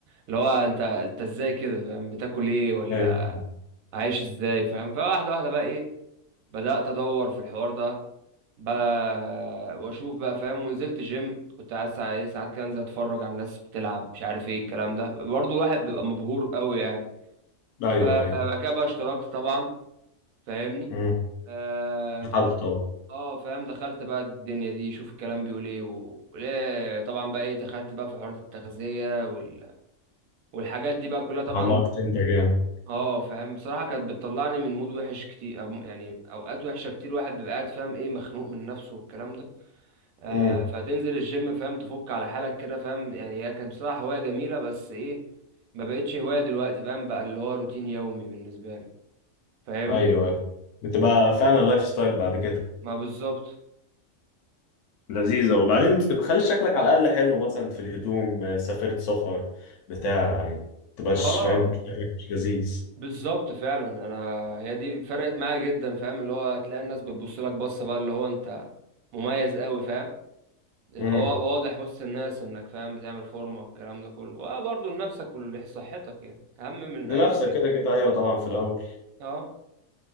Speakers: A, on the right; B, on the left.
A: اللي هو انت انت ازاي كده فاهم بتاكل ايه ولا
B: ايوه
A: عايش ازاي فاهم فواحدة واحدة بقى ايه بدأت ادور في الحوار ده بقى واشوف بقى فاهم ونزلت جيم كنت عايز ساعات إيه، ساعات كده انزل اتفرج على الناس بتلعب مش عارف ايه الكلام ده برضه الواحد بيبقى مبهور قوي يعني
B: ايوه
A: ف-
B: ايوه
A: بعد كده بقى اشتركت طبعا فاهمني
B: مم.
A: آه تعرف
B: حالته
A: اه فاهم دخلت بقى الدنيا دي شوف الكلام بيقول ايه و- وليه طبعا بقى ايه دخلت بقى في حوارات التغذية وال... والحاجات دي بقى كلها طبعا
B: عمقت انت جامد
A: اه فاهم بصراحة كانت بتطلعني من مود وحش كتير أو يعني اوقات وحشة كتير واحد بيبقى قاعد فاهم ايه مخنوق من نفسه والكلام ده آه،
B: امم
A: فتنزل الجيم فاهم تفك على حالك كده فاهم يعني هي كانت بصراحة هواية جميلة بس ايه ما بقتش هواية دلوقتي فاهم بقى اللي هو روتين يومي بالنسبة لي فاهمني
B: ايوه ايوه بتبقى فعلا لايف ستايل بعد كده
A: ما بالظبط
B: لذيذة وبعدين بتبقى خلي شكلك على الأقل حلو مثلا في الهدوم آه، سافرت سفر بتاع يعني ما تبقاش
A: اه
B: فاهم شكلك مش لذيذ
A: بالظبط فعلا انا هي دي فرقت معايا جدا فاهم اللي هو تلاقي الناس بتبص لك بصة بقى اللي هو انت مميز قوي فاهم يبقى
B: امم
A: وا- واضح وسط الناس انك فاهم بتعمل فورمة والكلام ده كله وبرضه لنفسك ولصحتك يعني اهم من
B: لنفسك
A: اي شيء
B: كده كده أيوه طبعا في الأول
A: اه